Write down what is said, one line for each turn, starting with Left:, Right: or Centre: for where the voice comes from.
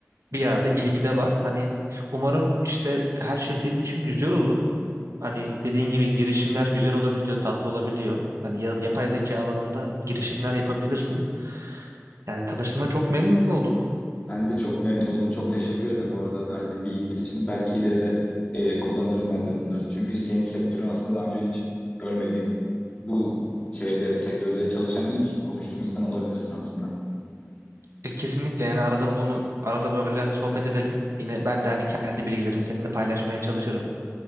Right: biraz da ilgi de var. Hani umarım işte her şey senin için güzel olur. Hani dediğin gibi girişimler güzel olabiliyor, tatlı olabiliyor. Hani yaz, yapay zeka alanında girişimler yapabilirsin. Yani tanıştığıma çok memnun oldum.
Left: Ben de çok memnun oldum. Çok teşekkür ederim bu arada verdiğin bilgiler için. Belki ileride e, kullanırım ben de bunları. Çünkü senin sektörün aslında daha önce hiç görmediğim bu şeyde sektörde çalışan ilk konuştuğum insan olabilirsin aslında.
Right: E, kesinlikle yani arada bunu arada böyle hani sohbet edelim. Yine ben de hani kendi bilgilerimi seninle paylaşmaya çalışırım.